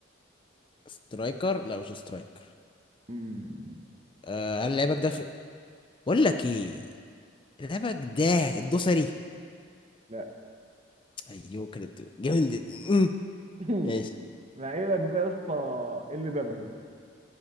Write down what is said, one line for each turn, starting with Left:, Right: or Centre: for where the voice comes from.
Left: <laughs> سترايكر لا مش سترايكر
Right: مم...
Left: آه هل لعيبك ده في بقول لك ايه لعيبك ده الدوسري
Right: لا
Left: ايوه كانت جامد مم.
Right: <laughs>
Left: ماشي
Right: لعيبك ده يا اسطى ال دبليو